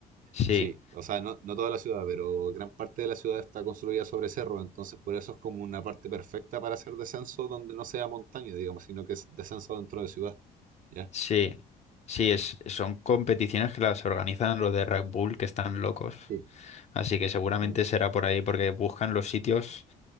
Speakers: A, on the left; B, on the right.
A: Sí,
B: Sí, o sea, no, no toda la ciudad, pero gran parte de la ciudad está construida sobre cerro, entonces por eso es como una parte perfecta para hacer descenso donde no sea montaña, digamos, sino que es descenso dentro de ciudad, ¿ya?
A: sí, sí, es, son competiciones que las organizan los de Red Bull, que están locos.
B: Sí,
A: Así
B: esa-
A: que seguramente
B: exactamente.
A: será por ahí, porque buscan los sitios